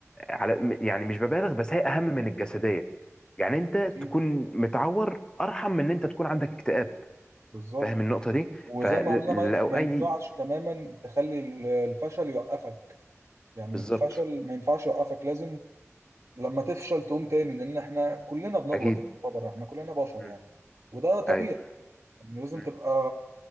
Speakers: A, on the left (about 15°); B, on the right (about 65°).
A: على يعني مش ببالغ بس هي اهم من الجسديه يعني انت تكون
B: اكيد
A: متعور ارحم من ان انت تكون عندك اكتئاب
B: بالظبط
A: فاهم النقطه دي
B: وزي
A: فلو
B: ما قلنا ما ينف- ما
A: اي
B: ينفعش تماما تخلي ال- الفشل يوقفك يعني
A: بالظبط
B: الفشل ما ينفعش يوقفك لازم لما تفشل تقوم تاني لان احنا كلنا بنغلط
A: اكيد
B: طبعا احنا كلنا بشر
A: مم.
B: يعني وده طبيعي
A: ايوه
B: يعني لازم
A: مم.
B: تبقى